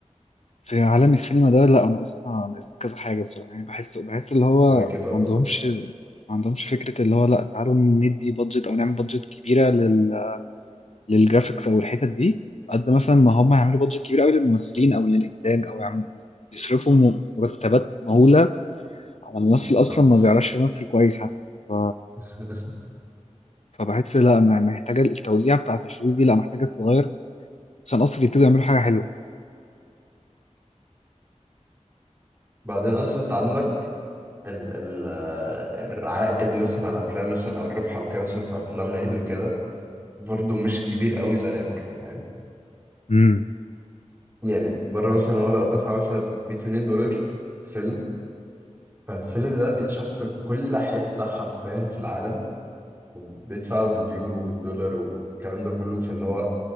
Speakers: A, on the left (about 60°); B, on the right (about 20°).
A: في عالم السينما ده لا ناقصنا ناقصنا كذا حاجة بصراحة يعني بحس بحس اللي هو
B: كده
A: ما
B: كده اه بالظبط
A: عندهمش ما عندهمش فكرة اللي هو لا تعالوا ندي بادجت أو نعمل بادجت كبيرة لل... للجرافيكس أو الحتت دي قد مثلا ما هم يعملوا بادجت كبيرة أوي للممثلين أو للإنتاج أو يعمل... يصرفوا م- مرتبات مهولة على ممثل
B: بالظبط
A: أصلا ما بيعرفش يمثل كويس حتى ف...
B: <laughs>
A: فبحس لا م- محتاجة التوزيع بتاعة الفلوس دي لا محتاجة تتغير عشان أصلا يبتدوا يعملوا حاجة حلوة
B: بعدين اصلا انت عندك ال ال آه، العائد مثلا على افلام مثلا او الربح او كده مثلا في افلام العيد وكده برضه مش كبير قوي زي بره فاهم
A: امم
B: يعني بره مثلا هو لو دفع مثلا 100 مليون دولار في فيلم فالفيلم ده بيتشاف في كل حته حرفيا في العالم بيدفع باليورو والدولار والكلام ده كله فاللي هو